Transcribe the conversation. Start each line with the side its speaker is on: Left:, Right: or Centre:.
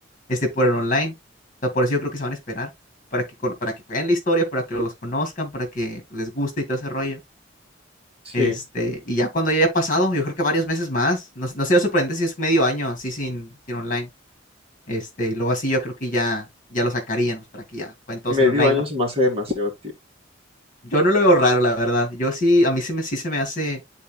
Left: este, por
Right: Ujú.
Left: el online. O sea, por eso yo creo que se van a esperar, para que, cono- para que jueguen la historia, para que los conozcan, para que les guste y todo ese rollo.
Right: Sí,
Left: Este, y ya cuando ya haya pasado, yo creo que varios meses más, no, no sería sorprendente si es medio año así sin, sin online. Este, y luego así yo creo que ya, ya lo sacarían, pues para que ya jueguen todos
Right: medio
Left: en online,
Right: año
Left: ¿no?
Right: se me hace demasiado
Left: Yo no lo veo raro, la verdad. Yo sí, a mí sí, me, sí se me hace